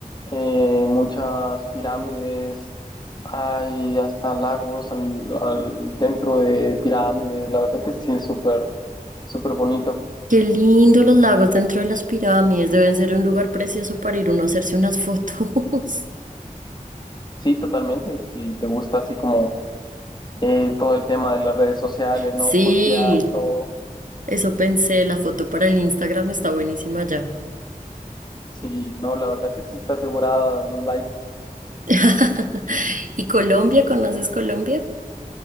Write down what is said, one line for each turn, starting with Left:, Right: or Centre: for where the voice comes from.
Left: eh, muchas pirámides, hay hasta lagos al, al- dentro de pirámides. La verdad que sí es súper, súper bonito.
Right: Qué lindo los lagos dentro de las pirámides. Deben ser un lugar precioso para ir uno a hacerse unas fotos. <laughs>
Left: Sí, totalmente. Si te gusta así como eh, todo el tema de las redes sociales, no
Right: Sí,
Left: postear y todo.
Right: eso pensé. La foto para el Instagram está buenísima ya.
Left: Sí, no, la verdad que sí está asegurada los likes.
Right: <laughs> ¿Y Colombia? ¿Conoces Colombia?